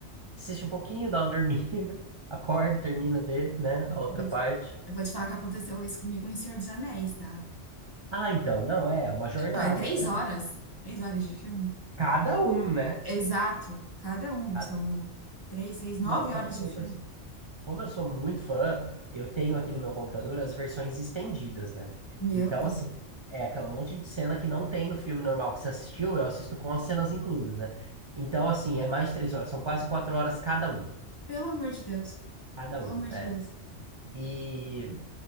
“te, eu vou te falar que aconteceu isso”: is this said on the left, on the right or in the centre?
Left